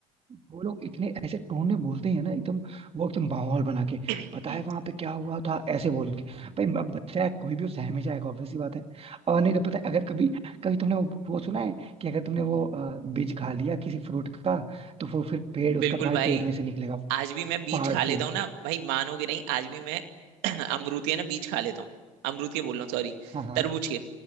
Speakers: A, on the right; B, on the right.
A: वो लोग इतने ऐसे टोन में बोलते हैं ना एकदम वो एकदम माहौल बना के
B: <clears throat>
A: पता है वहां पे क्या हुआ था ऐसे बोल के भाई अब बच्चा है कोई भी वो सहम ही जाएगा obvious सी बात है और नहीं तो पता है अगर कभी कभी तुमने वो, वो सुना है कि अगर तुमने वो अ, बीज खा लिया किसी फ्रूट का तो वो फिर पेड़ उसका
B: बिल्कुल
A: तुम्हारे
B: भाई
A: पेट में से निकलेगा
B: आज भी मैं बीज
A: फाड़
B: खा लेता
A: के
B: हूँ ना भाई मानोगे नहीं आज भी मैं <clears throat> अमरूद के ना बीज खा लेता हूँ अमरूद के बोल रहा हूँ सॉरी
A: हाँ हाँ
B: तरबूज के